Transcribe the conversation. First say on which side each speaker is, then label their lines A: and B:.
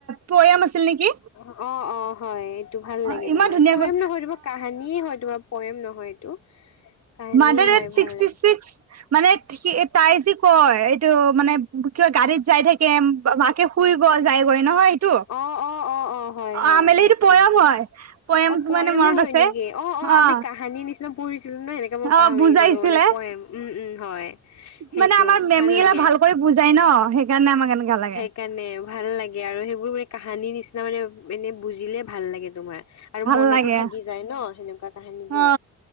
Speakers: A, on the right (about 55°); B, on the left (about 65°).
A: পয়াম আছিল নেকি?
B: অঁ অঁ হয়, এইটো ভাল
A: অ
B: লাগে
A: ইমান
B: তোমাৰ।
A: ধুনীয়াকৈ
B: প্ৰয়েম নহয় তোমাৰ কাহিনীয়ে হয় তোমাৰ। পয়েম নহয় এইটো কাহানীয়ে
A: মদাৰ
B: হয়
A: এন ছিক্সটি
B: ভাল লাগে।
A: চিক্স- মানে সি তাই যি কয়, এইটো মানে কিবা গাড়ীত যাই থাকিম- মাকে শুই ব যায়গৈ নহয়। সেইটো
B: অঁ অঁ অঁ। অঁ অঁ হয় হয়
A: আমেলি
B: সেইটোৱে,
A: সেইটো পয়াম হয় পয়াম
B: অঁ পয়েমে
A: মানে মনত
B: হয়
A: আছে
B: নেকি? অঁ অঁ
A: অ
B: আমি কাহানি নিচি- পঢ়িছিলো না এনেকা মই
A: অ
B: পাহৰিয়ে
A: বুজাইছিলে
B: গলো মানে পয়েম উম উম হয়। সেইটো
A: মানে আমাৰ মেমগিলা
B: লাগে।
A: ভাল কৰি বুজাই ন, সেইকাৰণে আমাক এনেকা লাগে।
B: সেই কাৰণে ভাল লাগে আৰু সেইবোৰ মানে কাহানিৰ নিচিনা মানে এনেই বুজিলে ভাল লাগে তোমাৰ। আৰু
A: ভাল
B: মনতো
A: লাগে
B: থাকি যায় ন সেনেকুৱা কাহানী
A: অ
B: বোৰ।